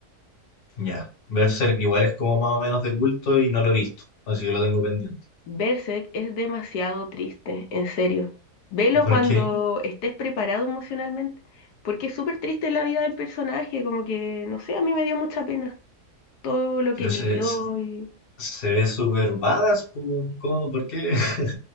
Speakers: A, on the left; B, on the left.
A: Ya. Berserk igual es como más o menos de culto y no lo he visto, así que lo tengo pendiente.
B: Berserk es demasiado triste, en serio. Velo
A: ¿Por
B: cuando
A: qué?
B: estés preparado emocionalmente, porque es súper triste la vida del personaje, como que, no sé, a mí me dio mucha pena todo lo
A: Pero
B: que vivió
A: se, se,
B: y...
A: se ve súper badass, pu, ¿cómo? ¿Por qué? <laughs>